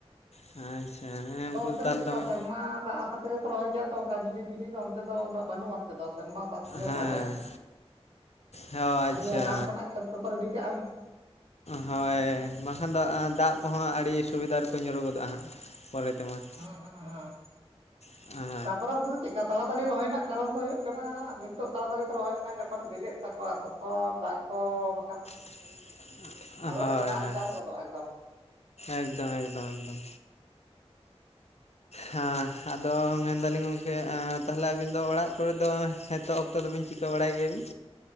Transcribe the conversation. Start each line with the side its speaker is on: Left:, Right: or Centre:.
Left: ᱟᱪᱪᱷᱟ ᱦᱮᱸ
Right: ᱟᱫᱚ
Left: ᱩᱱᱠᱩ
Right: ᱚᱱᱛᱮ
Left: ᱛᱟᱦᱚᱞᱮ
Right: ᱫᱚ ᱪᱮᱫᱠᱟ
Left: ᱫᱚᱢᱮ
Right: ᱥᱮᱨᱢᱟ ᱫᱟᱜ ᱟᱥᱟ ᱛᱮᱜᱮ ᱠᱚ ᱨᱚᱦᱚᱭ ᱜᱮᱭᱟ ᱛᱚ ᱚᱱᱠᱟ ᱢᱤᱱᱤ ᱯᱷᱤᱱᱤ ᱫᱚ ᱚᱱᱛᱮ ᱫᱚ ᱩᱱᱟᱹᱜ ᱵᱟᱹᱱᱩᱜᱼᱟ ᱚᱱᱛᱮ ᱫᱚ ᱥᱮᱨᱢᱟ ᱫᱟᱜ ᱛᱮᱜᱮ
Left: ᱦᱮᱸ᱾
Right: ᱠᱚ ᱨᱚᱦᱚᱭᱟ
Left: ᱚ ᱟᱪᱪᱷᱟ
Right: ᱟᱹᱰᱤ ᱟᱜᱟᱢ ᱠᱷᱚᱱᱟᱜ ᱠᱷᱮᱛ ᱠᱚᱠᱚ ᱨᱮᱰᱤ ᱠᱟᱜᱼᱟ ᱾
Left: ᱦᱳᱭ ᱵᱟᱝᱠᱷᱟᱱ ᱫᱚ ᱫᱟᱜ ᱠᱚᱦᱚᱸ ᱟᱹᱰᱤ ᱥᱩᱵᱤᱫᱟ ᱨᱮᱠᱚ ᱧᱩᱨᱩ ᱜᱚᱫᱚᱜᱼᱟ ᱦᱟᱸᱜ ᱯᱚᱨᱮ ᱛᱮᱢᱟ ᱾
Right: ᱦᱩᱸᱜ ᱦᱩᱸᱜ ᱦᱩᱸᱜ᱾
Left: <inaudible>
Right: ᱛᱟᱨᱯᱚᱨᱮ ᱚᱱᱛᱮ ᱫᱚ ᱪᱮᱫᱠᱟ ᱛᱟᱲᱟᱛᱟᱲᱤ ᱨᱚᱦᱚᱭ ᱨᱮᱱᱟᱜ ᱠᱟᱨᱚᱱ ᱫᱚ ᱦᱩᱭᱩᱜ ᱠᱟᱱᱟ, ᱱᱤᱛᱚᱜ ᱛᱟᱲᱟᱛᱟᱲᱤ ᱠᱚ ᱨᱚᱦᱚᱭ ᱞᱮᱠᱷᱟᱱ ᱡᱚᱠᱷᱚᱱ ᱵᱤᱞᱮᱜ ᱛᱠᱚᱣᱟ ᱛᱚ ᱠᱷᱚᱱ ᱫᱟᱜ ᱠᱚ ᱵᱟᱠᱷᱟᱱ
Left: <inaudible>
Right: ᱦᱳᱲᱳ
Left: ᱦᱳᱭ
Right: ᱨᱮ ᱫᱚᱢᱮ ᱟᱱ-ᱪᱟᱱ
Left: ᱦᱳᱭ
Right: ᱜᱚᱫᱚᱜᱼᱟ ᱮᱠᱫᱚᱢ ᱾
Left: ᱮᱠᱫᱚᱢ ᱮᱠᱫᱚᱢ ᱮᱠᱫᱚᱢ᱾ ᱦᱮᱸ ᱟᱫᱚ ᱢᱮᱱᱫᱟᱞᱤᱧ ᱜᱚᱢᱠᱮ ᱛᱟᱦᱚᱞᱮ ᱟᱹᱵᱤᱱ ᱫᱚ ᱚᱲᱟᱜ ᱠᱚᱨᱮ ᱫᱚ ᱱᱤᱛᱚᱜ ᱚᱠᱛᱚ ᱫᱚᱵᱤᱱ ᱪᱤᱠ ᱪᱤᱠᱟᱹ ᱵᱟᱲᱟᱭ ᱜᱮᱭᱟᱵᱤᱱ?